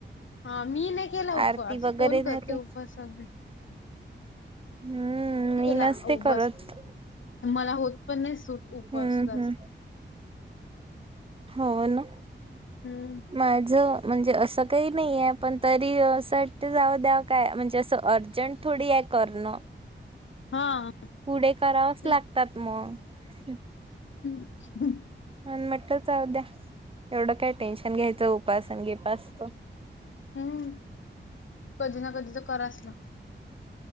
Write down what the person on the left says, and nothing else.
हा मी नाही केला उपवास
कोण
करते उपवास वगैरे
नाही
केला
उपवास
मला होत पण नाही सूट उपस्त
असते.
हम्म
हा.
ते
<unintelligible>
हम्म कधी ना कधी तर कराच ना